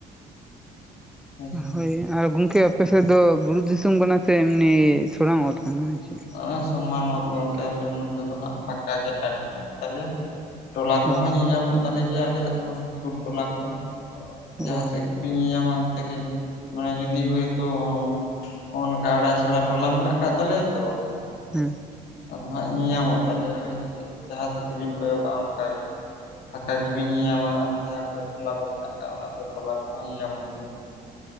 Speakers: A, on the left; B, in the centre.
A: ᱦᱮᱸ
B: ᱦᱳᱭ ᱟᱨ ᱜᱚᱝᱠᱮ ᱟᱯᱮ ᱥᱮᱜ ᱫᱚ ᱵᱩᱨᱩ ᱫᱤᱥᱚᱢ ᱠᱟᱱᱟ ᱥᱮ ᱮᱢᱱᱤ ᱥᱚᱨᱟᱝ ᱚᱛ ᱠᱟᱱᱟ ᱟᱨ ᱪᱮᱜ?
A: ᱮᱸ ᱥᱚᱢᱟᱱ ᱚᱛ ᱜᱚᱝᱠᱮ ᱟᱞᱮ ᱱᱚᱛᱮ ᱫᱚ ᱦᱟᱸᱜ ᱯᱷᱟᱠᱟ ᱜᱮ ᱴᱟᱺᱰᱤ ᱧᱚᱜ ᱜᱮᱛᱟ ᱞᱮᱭᱟ ᱾ ᱴᱚᱞᱟ ᱠᱚᱦᱚᱸ
B: ᱟᱪᱪᱷᱟ
A: ᱧᱮ-ᱧᱟᱢᱚᱜ ᱛᱟᱞᱮ ᱜᱮᱭᱟ ᱟᱞᱮᱭᱟᱜ ᱫᱚ ᱥᱩᱨ ᱴᱚᱞᱟ ᱠᱚ ᱾ ᱡᱟᱦᱟᱸ
B: ᱚ
A: ᱥᱮᱜ ᱜᱮ ᱵᱤᱱ ᱧᱮ-ᱧᱟᱢᱟ ᱚᱱᱛᱮ ᱜᱮ ᱢᱟᱱᱮ ᱡᱩᱫᱤ ᱦᱚᱭᱛᱳ ᱦᱚᱜᱼᱚ ᱱᱚᱠᱟ ᱟᱲᱟ ᱪᱷᱟᱲᱟ ᱴᱚᱞᱟ ᱢᱮᱱᱟᱜ ᱟᱠᱟᱜ ᱛᱟᱞᱮᱭᱟ ᱛᱚ
B: ᱦᱩᱸ ᱾
A: ᱟᱫᱚ ᱦᱟᱸᱜ ᱧᱮ-ᱧᱟᱢᱚᱜ ᱛᱟᱞᱮᱭᱟ ᱦᱳᱭᱥᱮ ᱡᱟᱦᱟᱸ ᱥᱮᱜ ᱜᱮᱵᱤᱱ ᱠᱚᱭᱚᱜᱼᱟ ᱚᱝᱠᱟ ᱜᱮ ᱾ ᱯᱷᱟᱠᱟ ᱜᱤᱵᱤᱱ ᱧᱮ-ᱧᱟᱢᱟ, ᱟᱫᱚ ᱡᱟᱦᱟᱸ ᱠᱚᱨᱮ ᱴᱚᱞᱟ ᱠᱚ ᱢᱮᱱᱟᱜ ᱠᱟᱜᱼᱟ ᱚᱱᱟ ᱠᱚ ᱴᱚᱞᱟ ᱠᱚᱦᱚᱸ ᱧᱮ-ᱧᱟᱢᱚᱜ ᱜᱮᱭᱟ ᱾ <unintelligible>